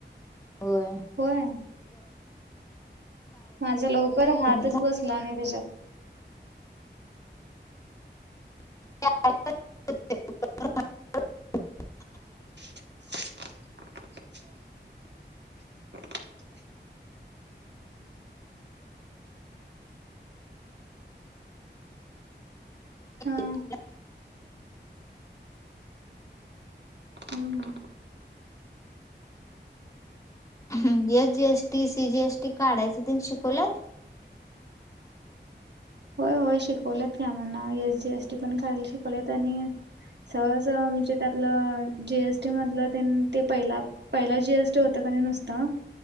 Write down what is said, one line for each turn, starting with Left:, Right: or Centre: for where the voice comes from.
Left: होयं
Right: होयं माझं लवकरं
Left: अवघड
Right: हातचं नाही बसलां नाहीं त्यांच्यात
Left: <unintelligible>
Right: <unintelligible> हं हां
Left: हां
Right: होमं
Left: एस जीएसटी सी जीएसटी काढायचं ते शिकवल्यांत
Right: होयं शिकवलेत की आम्हांला एस जी एसटी पणं करांयला शिकवलेत आणि सहंज सं म्हणजे त्यातलं जीएसटी मधलं ते पहिला पहिला जी एस टी होतं कांनी नुसतां.